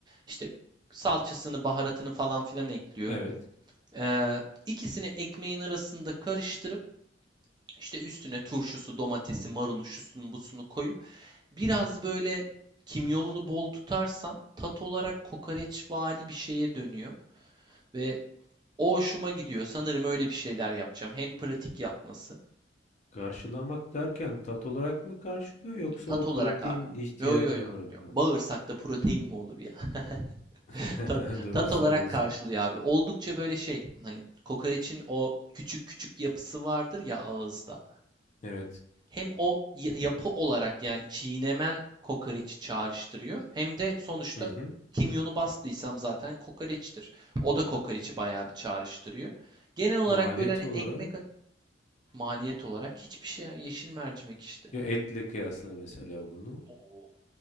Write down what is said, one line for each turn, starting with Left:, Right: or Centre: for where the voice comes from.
Right: İşte salçasını, baharatını falan filan ekliyorum.
Left: Evet.
Right: Eee ikisini ekmeğin arasında karıştırıp işte üstüne turşusu, domatesi, marulu, şusunu, busunu koyup Biraz böyle kimyonunu bol tutarsan tat olarak kokoreçvari bir şeye dönüyor ve o hoşuma gidiyor. Sanırım öyle bir şeyler yapacağım. Hem pratik yapması.
Left: Karşılamak derken tat olarak mı karşılıyor yoksa
Right: Tat
Left: o
Right: olarak
Left: protein
Right: abi.
Left: ihtiyacın
Right: Yo yo yo.
Left: olarak
Right: yo.
Left: mı?
Right: Bağırsakta protein mi olur ya?
Left: <laughs>
Right: <laughs> Tat,
Left: Doğru
Right: tat
Left: söylüyorsun.
Right: olarak karşılıyor abi. Oldukça böyle şey hani kokoreçin o küçük küçük yapısı vardır ya ağızda.
Left: Evet.
Right: hem o yapı olarak yani çiğnemen kokoreçi çağrıştırıyor. Hem de sonuçta
Left: Hı hı.
Right: kimyonu bastıysam zaten kokoreçtir. O da kokoreçi bayağı bir çağrıştırıyor. Genel olarak
Left: Maliyet
Right: böyle hani
Left: olarak
Right: ekmek maliyet olarak hiçbir şey ya, yeşil mercimek işte.
Left: Ya etle kıyasla mesela bunu.
Right: Oo.